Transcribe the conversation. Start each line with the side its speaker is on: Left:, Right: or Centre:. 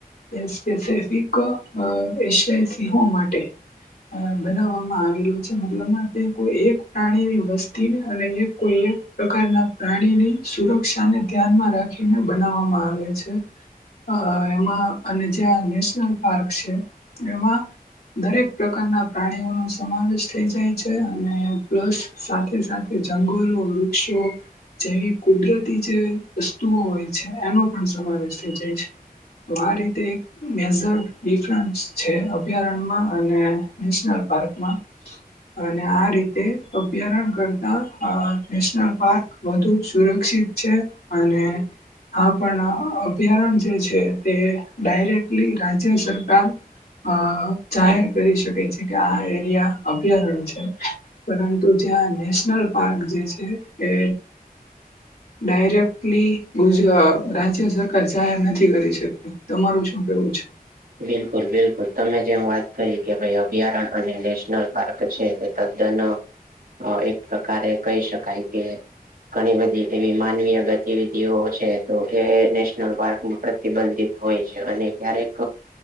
Left: એ સ્પેસફિક અ સ્પેશીયલ સિંહો માટે અ બનાવવામાં આવેલુ છે, મતલબમાં તે કોઈ એક પ્રાણીની વસ્તીને અને એક કોઈ એક પ્રકારના પ્રાણીની સુરક્ષા ને ધ્યાનમાં રાખીને બનાવવામાં આવે છે. અ એમાં અને જ્યાં નેશનલ પાર્ક છે, એમાં દરેક પ્રકારના પ્રાણીઓ નુ સમાવેશ થઈ જાય છે, અને પ્લસ સાથે સાથે જંગલો, વૃક્ષો જેવી કુદરતી જે વસ્તુઓ હોય છે, એનો પણ સમાવેશ થઈ જાય છે. તો આ રીતે એક મેજર ડિફરન્સ છે, અભયારણ્યમાં અને નેશનલ પાર્કમાં. અને આ રીતે અભયારણ્ય કરતા અ નેશનલ પાર્ક વધુ સુરક્ષિત છે, અને હા પણ આ અભયારણ્ય જે છે તે ડાયરેકલી રાજ્ય સરકાર અ જાહેર કરી શકે છે કે આ એરિયા અભયારણ્ય છે. પરંતુ જ્યાં નેશનલ પાર્ક જે છે, એ ડાયરેક્ટલી ગુજ અ રાજ્ય સરકાર જાહેર નથી કરી શકતી. તમારું શું કેવું છે?
Right: બિલકુલ બિલકુલ, તમે જેમ વાત કરી કે ભાઈ અભ્યારણ્ય અને નેશનલ પાર્ક છે તે તદ્દન, અ એક પ્રકારે કહી શકાય કે ઘણી બધી એવી માનવીય ગતિવિધિઓ છે તો એ નેશનલ પાર્કમાં પ્ર તિબંધિત હોય છે, અને ક્યારેક